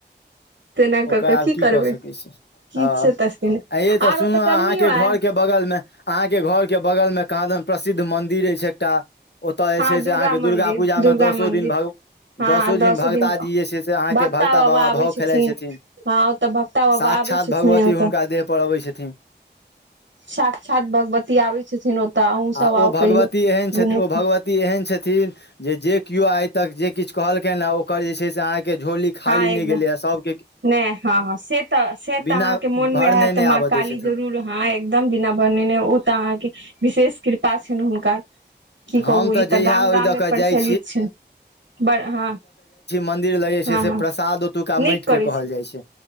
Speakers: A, on the right; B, on the left.
A: तेना
B: ओकर
A: कऽ
B: आब की
A: करबै
B: कऽ सकैत छी,
A: की
B: हँ,
A: छै तऽ से तस नहि।
B: आइ तऽ
A: आर
B: सुनलहुँ
A: ओतऽ
B: अहाँके
A: गर्मियो
B: घरके।
A: आय
B: बगल मे अहाँके घर के बगल मे कहाँ दन प्रसिद्ध मंन्दिर अछि एकटा ओतय जे
A: हँ
B: छै, से अहाँके दुर्गा
A: मंदिर
B: पूजामे
A: दुर्गा
B: दसो
A: मंदिर
B: दिन भग
A: हँ
B: दस
A: दसो
B: दिन भगताजी जे छै से अहाँके
A: भक्ता
B: भगता बाबा
A: आबै
B: भाव
A: छथिन
B: खेलाइत छै।
A: हँ ओतऽ भक्ता बाबा
B: साक्षात्
A: आबै छथिन
B: भगवती
A: ओतऽ
B: हुनका देह पर अबैत छथिन।
A: साक्षात् भगवती अबैत छथिन ओतऽ, अहुँ
B: आ
A: सभ
B: ओ
A: आउ,
B: भगवती
A: कहियो
B: एहन छथि
A: घूमू।
B: ओ भगवती एहन छथिन जे जे केओ आइ तक जे किछु कहलखिन, ओकर जे छै से अहाँकेँ झोली। खाली
A: हँ एकदम
B: नहि गेले ह सभ
A: नहि, हँ हँ, से तऽ
B: बिना
A: अहाँके मोनमे
B: भरने
A: होयत,
B: नहि
A: माँ
B: आबय
A: काली
B: दै छथिन
A: जरूर। हँ, एकदम बिना भनेने, ओ तऽ अहाँके विशेष कृपा छै हुनकर। की
B: हम
A: कहू, ई तऽ
B: जहिया
A: गाम
B: ओहि
A: गाममे
B: दऽ कऽ
A: प्रचलित
B: जाइ
A: छै, बड़ हँ।
B: मन्दिर लग जे
A: हँ
B: छै
A: हँ
B: प्रसाद, ओतुका
A: नीक
B: माटिक
A: करै
B: कहल जाइ छै,